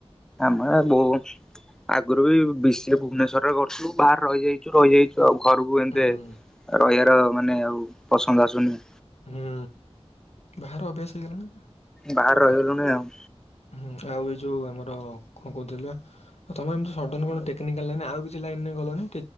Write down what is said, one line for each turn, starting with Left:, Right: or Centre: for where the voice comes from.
Centre: ଆ ଆଗରୁ ବି ବେଶି ଭୁବନେଶ୍ୱର ରେ ରହୁଥିଲୁ ବାହାରେ ରହିଯାଇଛୁ ରହିଯାଇଛୁ ଆଉ। ଘରକୁ ଏମିତି
Left: ହୁଁ
Centre: ରହିବା - ମାନେ ଆଉ ପସନ୍ଦ ଆସୁନି
Left: ହୁଁ ବାହାର ଅଭ୍ୟାସ ହେଇଗଲାଣି।
Centre: ବାହାର ରହି ଗଲୁଣି ଆଉ।
Left: ହୁଁ ଆଉ ଏଇ ଯୋଉ ଆମର କଣ କହୁଥିଲ ଆଉ ତମର ଏମତି ସଡନ କଣ ଟେକ୍ନିକାଲ ଲାଇନ ଆଉ କିଛି ଲାଇନ ଗଲନି?